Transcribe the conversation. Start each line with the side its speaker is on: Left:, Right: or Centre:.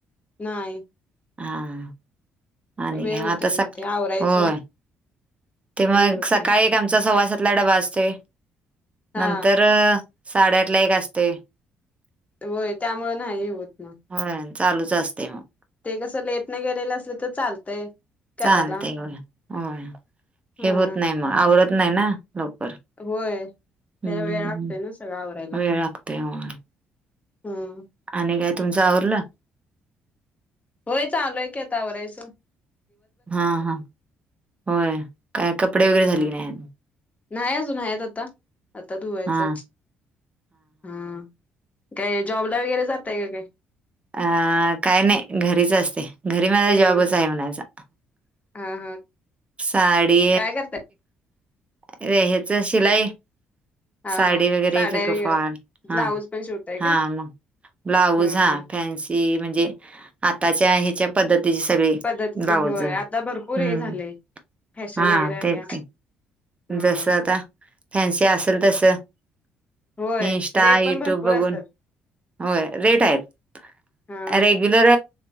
Left: नाही
Right: हा आणि
Left: वेळ होतोय
Right: आता स
Left: मग ते आवरायचं
Right: होय ते मग
Left: हे होते
Right: सकाळी एक आमचा सव्वा सातला डबा असतो
Left: हा
Right: नंतर साडेआठ ला एक असते
Left: होय त्यामु नाही होत ना
Right: हो चालूच असते मग
Left: ते कसं लेट नाही गेलेलं असले तर चालतंय करायला
Right: चालते होय होय
Left: हा
Right: हे होत नाही मग आवडत नाही ना लवकर
Left: होय त्या
Right: हम्म
Left: वेळ लागतोय ना सगळं आवरायला
Right: वेळ लागतोय होय
Left: हम
Right: आणि काय तुमचं आरलं
Left: होय चालूय कता वरायचं
Right: हा हा होय काय कपडे वगैरे
Left: हा
Right: झाले नाही
Left: नाही अजून आहेत आता आता धुवायचं
Right: हा
Left: हा काय जॉबला वगैरे जातय का काय
Right: अ काय नाही घरीच असते घरी माझा जॉबच
Left: घरीच
Right: आहे म्हणायचा
Left: हा हा
Right: सा डीे
Left: काय करताय
Right: ह्याच शिलाई
Left: हा
Right: साडी
Left: हा
Right: वगैरे
Left: साड्या
Right: फिकफाळ
Left: वगैरे
Right: हा
Left: ब्लाऊज पण शिवताय
Right: हा
Left: का
Right: मग ब्लाऊज
Left: ह
Right: हा
Left: ह
Right: फॅन्सी म्हणजे आताच्या ह्याच्या पद्धतीची सगळी
Left: पद्धतीचे
Right: लाव
Left: होय
Right: जा हम्म
Left: आता भरपूर हे झाले फॅशन
Right: हा
Left: वगैरे आल्या
Right: तेच का
Left: ह
Right: जस आता त्यांशी असेल तस
Left: होय
Right: इंस्टा
Left: रेट
Right: युट्यूब
Left: पण भरपूर
Right: बघून
Left: असतात
Right: होय रेट आहेत
Left: हा
Right: रेग्युलर